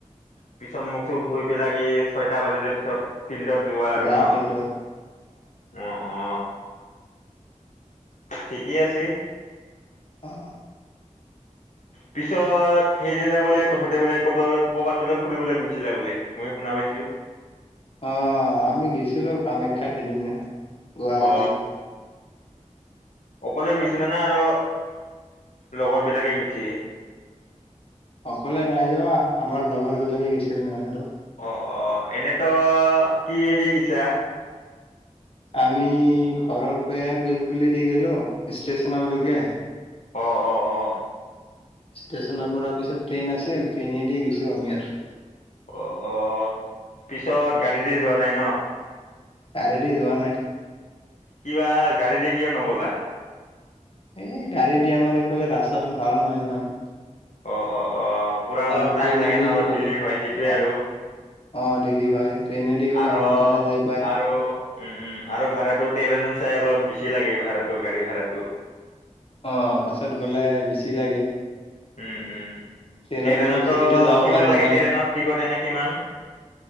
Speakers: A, on the left (about 70°); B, on the left (about 45°).
A: পিছত মোক চোক ধুই পেলাই এই ছয়টা বাজিলে পিছত। ফিল্ডত যোৱা আৰু
B: যাওঁ
A: ন?
B: ফিল্ডত
A: অ, অ। ঠিকেই আছে।
B: অ,
A: পিছত সেইদিনা বোলে তহঁতে বোলে ক ক'বাত বোলে ফুৰিবলৈ গৈছিলা বোলে মই শুনা পাইছো।
B: অহ, আমি গৈছিলো কামাখ্যাত সিদিনা গুৱাহাটীত।
A: অ অকলে গৈছিলে না আৰু লগৰ বিলাকে গৈছে?
B: অকলে নাই যোৱা আমাৰ লগৰ বিলাকে গৈছিল নহয় আৰু
A: অ এনেতো কি হেৰি গিছা
B: আমি ঘৰৰ পৰা পিলপুলিদি গলো ষ্টেশচনলৈকে
A: অ অ অ
B: ষ্টেশচনৰ পৰা পিছত ট্ৰেইন আছিল ট্ৰেইনে দি গৈছো আমি আৰু
A: অ অ পিছত গাড়ীতে যোৱা নাই ন
B: গাড়ীদি যোৱা নাই
A: কিবা গাড়ীৰে কিয় নগ'লা
B: এই গাড়ী দি আমাৰ এইফালে ৰাস্তাটো ভাল নহয় নহয়
A: অ অ অ পুৰা অলপ
B: আৰু ট্ৰেইনেদি
A: টাইম লাগে ন অলপ
B: গ'লে
A: দেৰি হয় সেইটোৱে
B: অ
A: আৰু
B: অ দেৰি হয় ট্ৰেইনেদি গলে
A: আৰু
B: সোনকালে যাই পায়
A: আৰু উম উম আৰু ভাড়াটো ট্ৰেইন চাই অলপ বেছি লাগে ভাড়াটো গাড়ী ভাড়াটো
B: অ বাছত গলে বেছি লাগে
A: উম উম
B: ট্ৰেইনত
A: ট্ৰনতো
B: গ'লে ফ্ৰীতে যাব
A: কিমান
B: পাৰি নহয়
A: লাগে ট্ৰেইনত টিকট এনেকে কিমান